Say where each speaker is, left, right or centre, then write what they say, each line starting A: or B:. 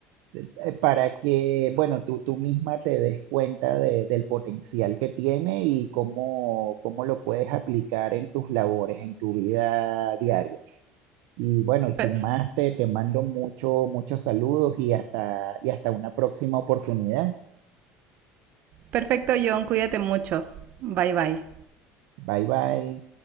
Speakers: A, on the right; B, on the right.
A: eh, para que, bueno, tú, tú misma te des cuenta de- del potencial que tiene y cómo, cómo lo puedes aplicar en tus labores, en tu vida diaria. Y bueno, y sin
B: Pe-
A: más, te, te mando mucho, muchos saludos y hasta, y hasta una próxima oportunidad.
B: Perfecto, John, cuídate mucho. Bye bye.
A: Bye bye.